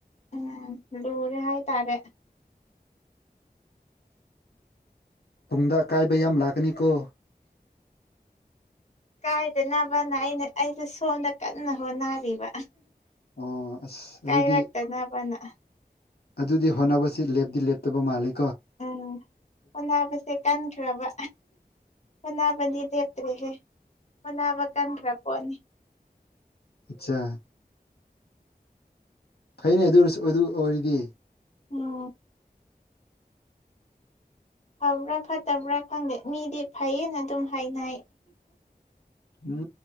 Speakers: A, on the left; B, on the left.
A: ꯎꯝ ꯂꯣꯔꯤꯦ ꯍꯥꯏꯥꯏ ꯇꯔꯦ
B: ꯇꯨꯡꯗ ꯑꯀꯥꯏꯕ ꯌꯥꯝ ꯂꯥꯛꯀꯅꯤꯀꯣ
A: ꯀꯥꯏꯗꯅꯕꯅ ꯑꯩꯅ ꯑꯩꯁ ꯁꯣꯝꯗ ꯀꯟꯅ ꯍꯣꯠꯅꯔꯤꯕ
B: ꯑꯣ ꯑꯁ
A: ꯀꯥꯏ
B: ꯑꯗꯨꯗꯤ
A: ꯔꯒꯇ ꯅ ꯄꯅꯥ
B: ꯑꯗꯨꯗꯤ ꯍꯣꯠꯅꯕꯁꯤ ꯂꯦꯞꯇꯤ ꯂꯦꯞꯇꯕ ꯃꯥꯜꯂꯤ
A: ꯎꯝ ꯑꯣꯅꯥꯕꯁꯦ ꯀꯟꯈ꯭ꯔꯕ ꯁꯅꯥꯕꯗꯤ ꯇꯔꯤꯁꯦ ꯐꯅꯕ ꯀꯥꯟꯈ꯭ꯔꯄꯅꯤ
B: ꯑꯆꯥꯆꯥ ꯐꯩꯅꯦ ꯑꯗꯨꯔꯁꯨ ꯑꯗꯨ ꯑꯣꯏꯔꯗꯤ
A: ꯎꯝ ꯐꯕ꯭ꯔꯥ ꯐꯠꯇꯕ꯭ꯔꯥ ꯈꯪꯗꯦ ꯃꯤꯗꯤ ꯐꯩꯌꯦꯅ ꯑꯗꯨꯝ ꯍꯥꯏꯅ
B: ꯎꯝ